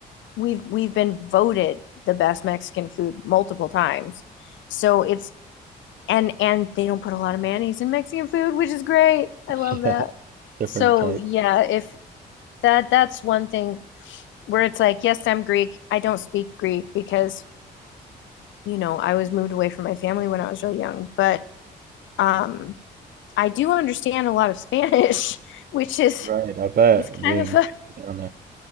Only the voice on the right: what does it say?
yeah,
different
type.
Right, I bet
being
down there.